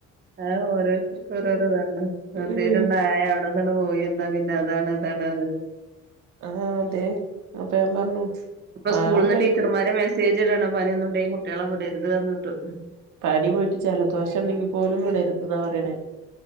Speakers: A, on the right (about 35°); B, on the right (about 80°).
A: ആഹ് ഓരോരുത്തർക്കും ഓരോരോതാണ് എന്തേലുവൊന്നായ
B: ഉം
A: അവിടെന്നാണ് പോയിന്നാ പിന്നെ താണ് താണ് റേല്
B: ആഹ് അതെ അപ്പോ ഞ പറഞ്ഞു
A: ഇപ്പൊ
B: വേറെള്ളോൽക്ക്
A: സ്കൂളിന്ന് ടീച്ചർമാര് മെസേജ് ഇടാണ് പനിയൊന്നുണ്ടെ കുട്ടിയാളെ വിടരുത് പറഞ്ഞിട്ട്
B: പനി പോയിട്ട് ജലദോഷണ്ടെങ്കിൽ പോലും വിടരുത് ന്ന പറയണേ